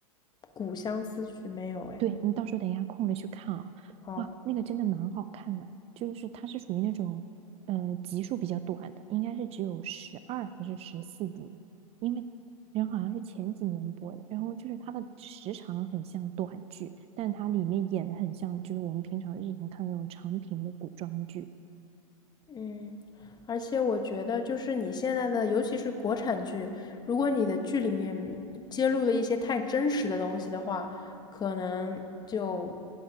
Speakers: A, on the left; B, on the right.
A: 《古相思曲》没有哎，
B: 对，你到时候等一下空了去看啊，
A: 好。
B: 哇，那个真的蛮好看的，就是它是属于那种，呃，集数比较短的，应该是只有十二还是十四集，因为人好像是前几年播的，然后就是它的时长很像短剧，但它里面演的很像就是我们平常日常看的那种长平的古装剧，
A: 嗯，而且我觉得，就是你现在的，尤其是国产剧，如果你的剧里面揭露了一些太真实的东西的话，可能就